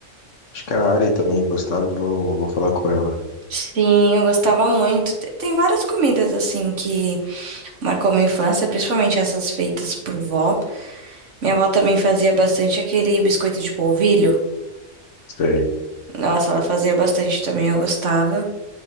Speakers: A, on the left; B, on the right.
A: acho que a Ari também gostava, vou, vou falar com ela.
B: Sim, eu gostava muito. Te- Tem várias comidas assim que marcou minha infância, principalmente essas feitas por vó. Minha avó também fazia bastante aquele biscoito de polvilho.
A: Sei.
B: Nossa, ela fazia bastante também, eu gostava.